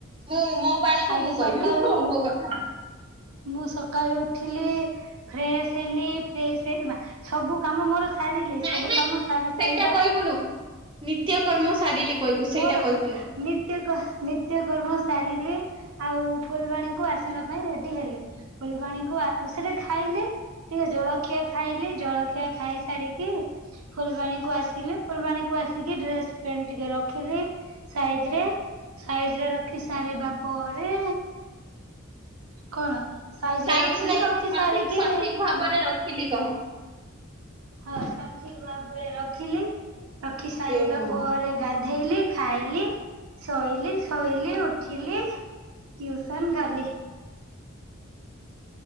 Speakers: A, on the right (about 25°); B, on the right (about 85°).
A: ମୁଁ ମୋ ପାଳିକୁ
B: ଆଜି
A: ମୁଁ କହିବି
B: ସକାଳୁ
A: ମୋ କଥା।
B: ମୁଁ ସକାଳୁ ଉଠିଲି ଫ୍ରେଶ ହେଲି ଫ୍ରେସ ସବୁ କାମ ମୋର ସାରିଲି
A: ନାଇଁ
B: ସବୁ
A: ନାଇଁ
B: କାମ ସାରି ସାରିବା
A: ସେଇଟା କହିବୁନୁ ନିତ୍ୟ କର୍ମ ସାରିଲି କହିବୁ ସେଇଟା
B: ମୋର
A: କହିବୁନୁ
B: ନିତ୍ୟ ନିତ୍ୟ କର୍ମ ସାରିଲି ଆଉ ଫୁଲବାଣୀକୁ ଆସିବା ପାଇଁ ରେଡି ହେଲି। ଫୁଲବାଣୀକୁ ଆ ସେଟା ଖାଇଲି। ଟିକେ ଜଳଖିଆ ଖାଇଲି ଜଳଖିଆ ଖାଇ ସାରିକି ଫୁଲବାଣୀ କୁ ଆସିଲି ଫୁଲବାଣୀ କୁ ଆସିକି ଡ୍ରେସ ପେଣ୍ଟେ ରଖିଲି, ସାଇଜ ରେ ରଖି ସାରିବା ପରେ କଣ ସାଇଜରେ
A: ସାଇଜ
B: ରଖିଲି
A: ନାଇଁ
B: ରଖି
A: ସଠିକ
B: ସାରିକି
A: ସଠିକ ଭାବରେ ରଖିଲି କହ।
B: ହଁ ସଠିକ ଭାବରେ ରଖିଲି। ରଖି ସାରିବା
A: ଏ ମା
B: ପରେ ଗାଧେଇଲି। ଖାଇଲି, ଶୋଇଲି, ଶୋଇଲି, ଉଠିଲି, ଟିଉସନ ଗଲି।